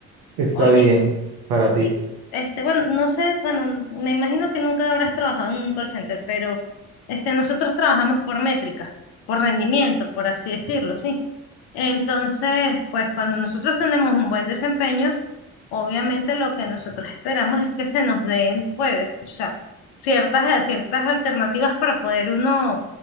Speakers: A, on the right; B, on the left.
A: está
B: Oye.
A: bien para ti?
B: Sí, este, bueno, no sé, bueno, me imagino que nunca habrás trabajado en un call center, pero este, nosotros trabajamos por métricas, por rendimiento, por así decirlo, sí. Entonces, pues cuando nosotros tenemos un buen desempeño, obviamente lo que nosotros esperamos es que se nos den, pues, o sea, ciertas, eh, ciertas alternativas para poder uno